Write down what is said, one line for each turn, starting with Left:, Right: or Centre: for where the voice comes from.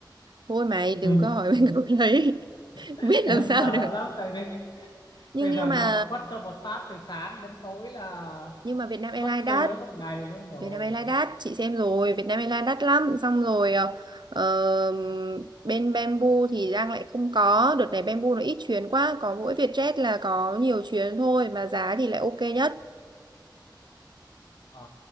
Right: Thôi mày đừng
Left: Ừ.
Right: có hỏi <laughs> mình câu đấy. <laughs>
Left: <laughs>
Right: Biết
Left: Em
Right: làm sao
Left: sợ
Right: được.
Left: lắm tại vì <laughs>
Right: Nhưng
Left: bây
Right: nhưng
Left: giờ
Right: mà
Left: nó mà quất cho một phát từ sáng đến tối là
Right: nhưng mà Vietnam
Left: mất
Right: Airlines đắt,
Left: sư đó một ngày luôn rồi.
Right: Việt Nam Airlines đắt chị xem rồi Việt Nam Airlines đắt lắm xong rồi ờ, ờ, bên Bamboo thì đang lại không có đợt này Bamboo nó ít chuyến quá có mỗi Vietjet là có nhiều chuyến thôi mà giá thì lại ok nhất
Left: Ờ,